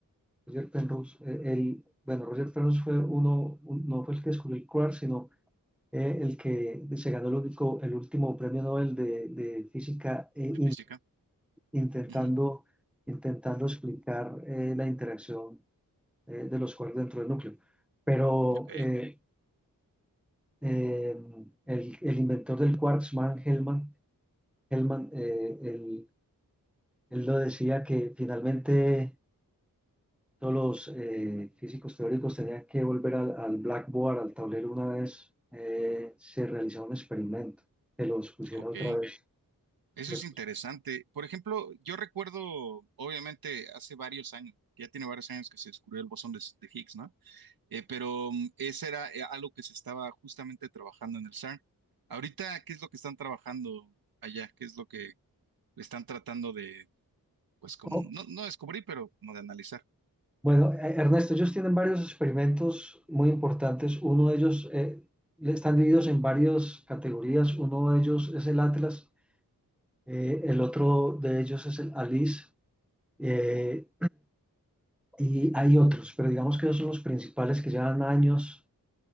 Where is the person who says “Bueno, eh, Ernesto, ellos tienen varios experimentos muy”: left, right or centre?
Centre